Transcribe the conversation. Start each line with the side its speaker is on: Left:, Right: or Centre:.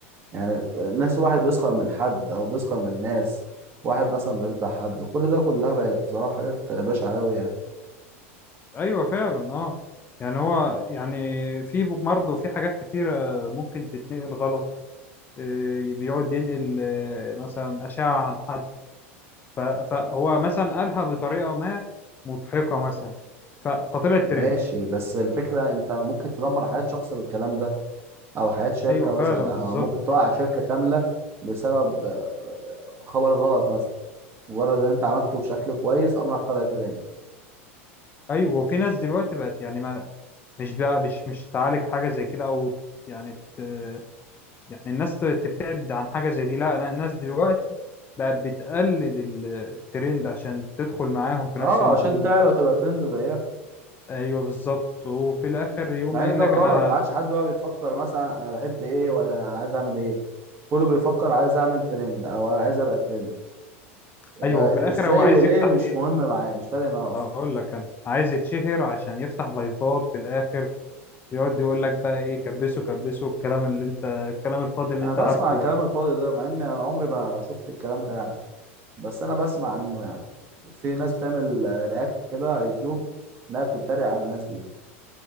Right: يعني ناس واحد بيسخر من حد او بيسخر من ناس واحد مثلا بيفضح حد كل ده كلها بقت بصراحة حاجات بشعة أوي يعني.
Left: ايوه فعلا اه يعني هو يعني في مرض وفي حاجات كتيرة ممكن تتنقل غلط إيه، بيقعد ينقل آه، مثلا أشعة عن حد ف- فهو مثلا قالها بطريقة ما مضحكة مثلا ف- فطلعت
Right: ماشي
Left: ترند
Right: بس الفكرة انت ممكن تدمر حياة شخص بالكلام ده او حياة شركة
Left: ايوه فعلا
Right: مثلا
Left: بالظبط
Right: او ممكن توقع شركة كاملة بسبب آه، خبر غلط مثلا مجرد ان انت عملته بشكل كويس قام راح طالع ترند
Left: ايوه وفي ناس دلوقتي بقت يعني ما مش بقى مش مش تعالج حاجة زي كده او يعني ت... يعني الناس ت- تبتعد عن حاجة زي دي لا لا، الناس دلوقتي بقت بتقلد ال- الترند عشان تدخل معاهم في
Right: اه
Left: نفس الموضوع
Right: عشان تعلى وتبقى ترند زيها
Left: ايوه بالظبط وفي الاخر يقوم
Right: مع
Left: قايل
Right: ان ده
Left: لك
Right: غلط
Left: انا
Right: ما
Left: ه-
Right: عادش حد بقى بيفكر مثلا انا بحب ايه ولا أنا عايز اعمل ايه كله بيفكر عايز اعمل ترند او عايز ابقى ترند آه،
Left: ايوه وفي الاخر
Right: ازاي
Left: هو عايز
Right: والايه
Left: يفتح
Right: مش
Left: ايه
Right: مهم معايا مش فارق معايا اصلا
Left: هقول لك انا عايز يتشهر عشان يفتح لايفات في الاخر ويقعد يقول لك بقى ايه كبسه كبسه الكلام اللي انت الكلام الفاضي اللي
Right: انا
Left: انت
Right: بسمع
Left: عارفه
Right: الكلام
Left: ده
Right: الفاضي ده مع ان انا عمري ما شفت الكلام ده يعني بس انا بسمع عنه يعني في ناس بتعمل آه، رياكت كده على اليوتيوب انها بتتريق على الناس دي